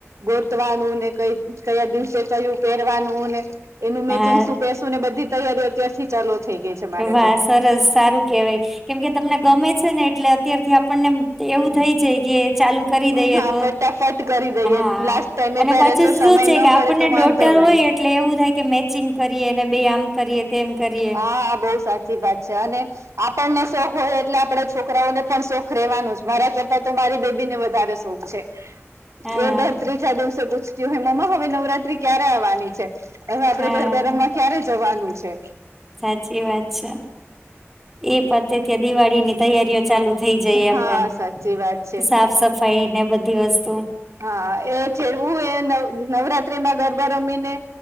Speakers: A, on the right (about 85°); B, in the centre.
A: ગો તવાનુંને કય કયા દિવસે કયું પહેરવાનુંને એનું
B: હા
A: મેચિંગ શું પહેરશું લોકો ને બધી તૈયારીઓ અત્યારથી ચાલુ થઈ ગઈ છે મારે
B: વાહ
A: તો
B: સરસ સારું કેવાય કેમ કે તમને ગમે છે ને એટલે અત્યારથી આપણને એવું થઈ જાય કે ચાલુ કરી
A: હા
B: દઈએ તો
A: ફટાફટ કરી દઈએ
B: હા
A: લાસ્ટ ટાઈમે
B: અને
A: જયારે
B: પછી
A: જો
B: શું
A: સમય
B: છે
A: ન
B: કે આપણને
A: મળે તો વાંધો
B: ડોટર
A: નહી
B: હોય એટલે એવું થાય કે મેચિંગ કરીએ અને બે આમ કરીએ તેમ કરીએ
A: હા બહુ સાચી વાત છે અને આપણને શોખ હોય એટલે આપડા છોકરાઓને પણ શોખ રહેેવાનું જ મારા કરતાં તો મારી બેબી ને વધારે શોખ છે.
B: હા
A: એ બસ ત્રીજા દિવસે પૂછતી હોય મમ્મા હવે નવરાત્રી ક્યારે આવવાની છે. હવે આપડે
B: હા
A: ગરબા રમવા ક્યારે જવાનું છે
B: સાચી વાત છે એ પતે ત્યાં દિવાળી ની તૈયારીઓ ચાલુ થઇ જઈએ આપડે
A: હા સાચી વાત છે
B: સાફ સફાઈ ને બધી વસ્તુ
A: હા એ જેવું એ નવ નવરાત્રિ માં ગરબા રમીને